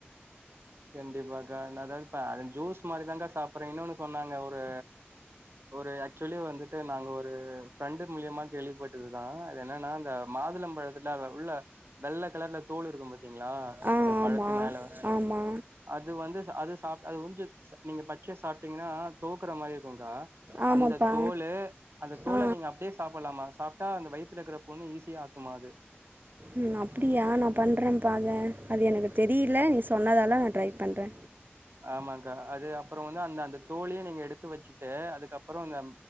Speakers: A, on the right; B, on the right.
A: கண்டிப்பாகா நா த ப அத ஜூஸ் மாறிதாங்க்கா சாப் புர்ற இன்னொன்னு சொன்னாங்க ஒரு ஒரு ஆச்சுலி வந்துட்டு நாங்க ஒரு ஃப்ரெண்டு மூல்யமா கேள்விப்பட்டதுதா அது என்னன்னா அந்த மாதுளம் பழத்துல உள்ள வெள்ள கலர்ல தோல் இருக்கும் பாத்தீங்களா
B: ஆ
A: இந்த
B: ஆமா
A: பழத்து மேல
B: ஆமா
A: அது வந்து ச அது சாப் அது கொஞ்ச நீங்க பச்யா சாப்ட்டீங்கன்னா தோக்குற மாரி இருக்குங்க்கா
B: ஆமாப்பா
A: அந்த தோலு அந்த தோல
B: ஆ
A: நீங்க அப்டியே சாப்பல்லாமா சாப்ட்டா அந்த வயி த்துல இருக்குற புண்ணு ஈஸியா ஆத்துமா அது
B: ம் அப்டியா நா பண்றேம்ப்பா அத அது எனக்கு தெரிய்ல நீ சொன்னதால ட்ரை பண்றே
A: ஆமாங்க்கா அது அப்பறொ வந்து அந்த அந்த தோலயே நீங்க எடுத்து வச்சுட்டு அதுக்கப்றொ அந்த